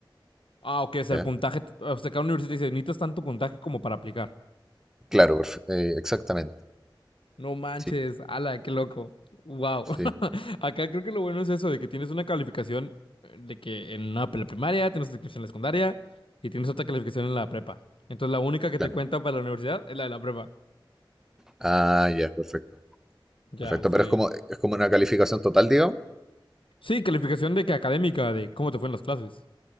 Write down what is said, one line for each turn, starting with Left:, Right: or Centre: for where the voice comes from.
Left: Ah, ok, o sea,
Centre: ¿ya?
Left: el puntaje, o sea, cada universidad te dice, necesitas tanto puntaje como para aplicar.
Centre: Claro, perfe- eh, exactamente.
Left: No manches,
Centre: Sí,
Left: ala, qué loco. Wow.
Centre: sí,
Left: <laughs> Acá creo que lo bueno es eso, de que tienes una calificación eh, de que en una pre- primaria, tienes otra calificación en la secundaria y tienes otra calificación en la prepa. Entonces la única que
Centre: claro.
Left: te cuenta para la universidad es la de la prepa.
Centre: Ah, ya, perfecto.
Left: Ya,
Centre: Perfecto,
Left: sí.
Centre: pero es como, es como una calificación total, digamos.
Left: Sí, calificación de que académica, de cómo te fue en las clases.